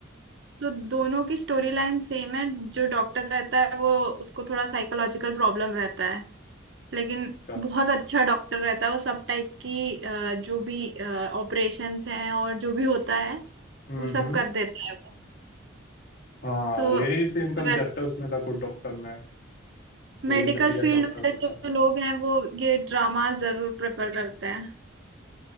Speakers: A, on the right; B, on the left.
A: तो दोनों की स्टोरी लाइन सेम है जो डॉक्टर रहता है वो उसको थोड़ा साइकोलॉजिकल प्रॉब्लम रहता है लेकिन
B: अच्छा
A: बहुत अच्छा डॉक्टर रहता है वो सब टाइप की अ, जो भी ऑपरेशंस हैं और जो भी होता है
B: हम्म
A: वो सब
B: हम्म
A: कर देता है वो
B: हाँ
A: तो
B: यही सेम कंसेप्ट
A: अगर
B: है उसमें द गुड डॉक्टर में वो
A: मेडिकल
B: भी ब्रिलियंट
A: फील्ड
B: डॉक्टर
A: वाले
B: होता
A: जो
B: है
A: लोग हैं वो ये ड्रामा जरूर प्रेफर करते हैं